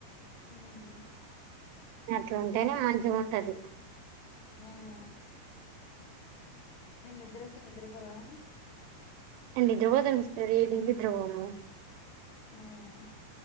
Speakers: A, on the left; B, on the right.
A: ఉమ్
B: అట్ల ఉంటేనే మంచిగా ఉంటది
A: అవునవును మీరు నిద్ర వస్తే నిద్రపోరా
B: నిద్ర పోతానికి వస్తది కానీ నిద్ర పోము
A: హ్మ్